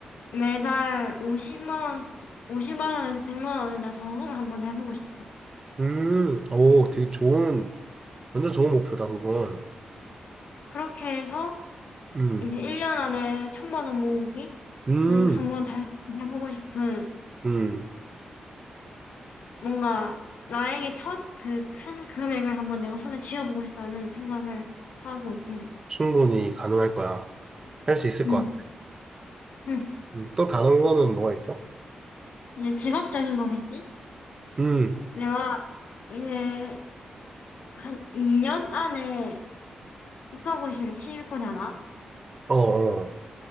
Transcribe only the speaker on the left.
매달 50만 원, 50만 원에서 100만 원을 나 저금을 한번 해보고 싶어.
그렇게 해서
이제 1년 안에 천만 원 모으기는
한번 다시 해보고 싶은
뭔가 나에게 첫 그 큰 금액을 한번 내가 손에 쥐어보고 싶다는 생각을 하고 있긴 해.
음,
음.
이제 직업적인 거겠지?
내가 이제 한 2년 안에 국가고시를 치를 거잖아.